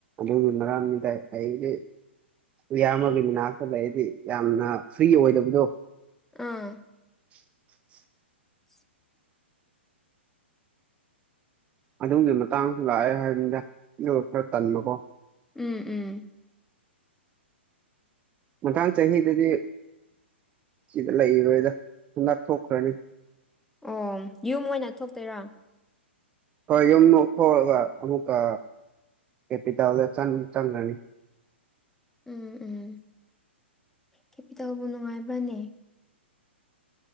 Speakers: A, on the right; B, in the centre.
A: <unintelligible> ꯅꯔꯥꯟꯃꯤꯗꯥꯏ ꯑꯩꯗꯤ ꯏꯌꯥꯝꯕꯒꯤ ꯃꯅꯥꯛꯇ ꯂꯩꯔꯗꯤ ꯌꯥꯝꯅ ꯐ꯭ꯔꯤ ꯑꯣꯏꯗꯕꯗꯨ
B: ꯑꯥ
A: <inaudible>
B: <inaudible>
A: ꯑꯗꯨꯝꯒꯤ ꯃꯇꯥꯡ ꯂꯥꯛꯑꯦ ꯍꯥꯏꯕꯅꯤꯗ ꯑꯗꯨꯒ ꯈꯔ ꯇꯟꯕꯀꯣ
B: ꯎꯝ ꯎꯝ
A: ꯃꯊꯥꯡ ꯆꯍꯤꯗꯗꯤ ꯁꯤꯗ ꯂꯩꯔꯣꯏꯗ ꯍꯟꯗꯛ ꯊꯣꯛꯈ꯭ꯔꯅꯤ
B: ꯑꯣ ꯌꯨꯝ ꯑꯣꯏꯅ ꯊꯣꯛꯇꯣꯏꯔꯥ
A: ꯍꯣꯏ ꯌꯨꯝ ꯅꯣꯛꯊꯣꯛꯑꯒ ꯑꯃꯨꯛꯀ ꯀꯦꯄꯤꯇꯦꯜꯗ ꯆꯪꯈ꯭ꯔꯅꯤ
B: ꯎꯝ ꯎꯝ ꯀꯦꯄꯤꯇꯦꯜꯕꯨ ꯅꯨꯡꯉꯥꯏꯕ꯭ꯔꯅꯦ